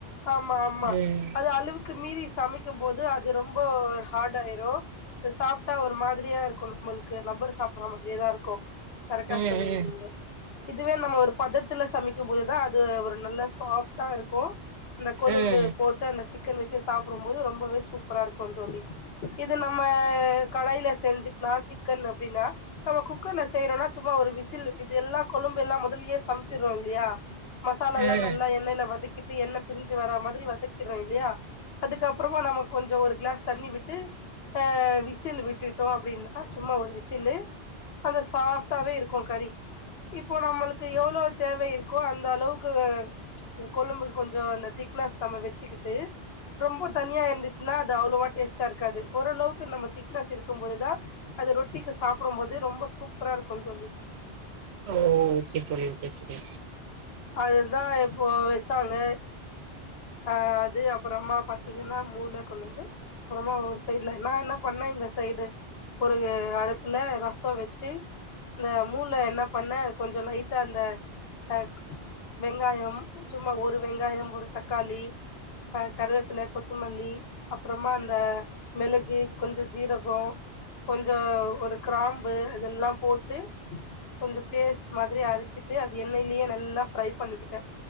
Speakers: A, on the left; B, on the right.
A: ஆமா ஆமா
B: ம்
A: அது அளவுக்கு மீறி சமைக் க்கும் போது அது ரொம்போ ஹாடு ஆயிரு அது சாப்புட்டா ஒரு மாதிரியா இருக்கு நம்மளுக்கு லப்பர் சாப்புடுற மாதிரியேதா இருக்கு கரெக்டா
B: ம்
A: சொன்னீங்க
B: ம்
A: நீங்க இதுவே நம்ம ஒரு பதத்துல சமைக்கும் போதுதா அது ஒரு நல்ல சாஃப் ட்டா இருக்கு இந்த கொழம்பு
B: ம்
A: போட்டு அந்த சிக் சிக்கன் வெச்சு சாப்புடும் போது ரொம்பவே சூப்பரா இருக்கும் தோழி இது நம்ம கடாயில செஞ்சுக்கலா சிக்கன் அப்டின்னா நம்ம குக்கர்ல செய்யறோன்னா சும்மா ஒரு விசில் இது எல்லா கொழும்பு எல்லா மொதல்லியே சமைச்சுருவோ இல்லியா மசாலா எல்லா
B: ம்.
A: நல்லா எண்ணெயில வதக்கிட்டு எண்ண பிருஞ்சு வர மாதிரி வதக்கிறோ இல்லியா அதுக்கப்புறமா நமக்கு கொஞ்சோ ஒரு கிளாஸ் தண்ணி விட்டு அ விசில் விட்டுட்டோ அப்டின்னா சும்மா ஒரு விசில்லு அந்த சாஃப்டாவே இருக்கும் கறி இப்போ நம்மளுக்கு எவ்வளோ தேவை இருக்கோ அந்த அளவுக்கு வேக கொழும்புக்கு கொஞ்சோ அந்த திக்னஸ் நம்ம வெச்சுக்கிட்டு ரொம்போ தண்ணியா இருந்துச்சுன்னா அது அவ்வளோவா டேஸ்ட்டா இருக்காது ஓரளவுக்கு நம்ம திக்னஸ் இருக்கும் போதுதா அது ரொட்டிக்கு சாப்புடும் போது ரொம்ப சூப்பரா இருக்குந் தோழி
B: ஓ ஓகே தோழி ஓகே தோழி
A: அதுதா இப்போது வெச்சாங்க அ அது அப்புறமா பாத்தீங்கன்னா மூள கொழம்பு அப்புறமா ஒரு சைடுல நா என்னப் பண்ண இந்த சைடு ஒரு அடுப்புல ரசோ வெச்சு இந்த மூள என்ன பண்ண கொஞ்சோ லைட்டா அந்த அ வெங்காயம் சும்மா ஒரு வெங்காயம் ஒரு தக்காளி அ கருவேப்பில கொத்தமல்லி அப்புறமா அந்த மிளகு கொஞ்சோ ஜீரகோ கொஞ்சோ ஒரு கிராம்பு அதெல்லாம் போட்டு கொஞ்சோ பேஸ்ட் மாதிரி அரச்சுட்டு அது எண்ணெய்லயே நல் நல்லா ஃரை பண்ணிக்கிட்ட